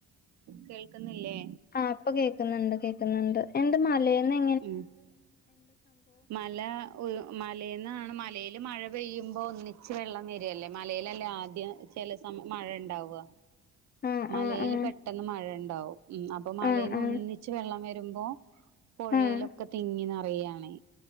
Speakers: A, on the right; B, on the left.
A: കേൾക്ക്ന്നില്ലേ?
B: ആഹ് ഇപ്പ കേക്ക്ന്ന്ണ്ട് കേക്ക്ന്ന്ണ്ട്. എന്ത് മലേന്നേ
A: ഉം മലാ മലേന്നാണ് മലേല് മഴ പെയ്യുമ്പോ ഒന്നിച്ച് വെള്ളം വരേല്ലേ മലേലല്ലേ ആദ്യം ചെലേസമയം മഴണ്ടാവുവ.
B: ആഹ്
A: മലേല്
B: ആഹ്
A: പെട്ടെന്ന് മഴണ്ടാവും. അപ്പൊ മലേന്ന്
B: ആഹ് ആഹ്
A: ഒന്നിച്ച് വെള്ളം വര്മ്പോ പൊഴയിലൊക്കെ
B: ആഹ് ആഹ്
A: തിങ്ങി നറയാണേ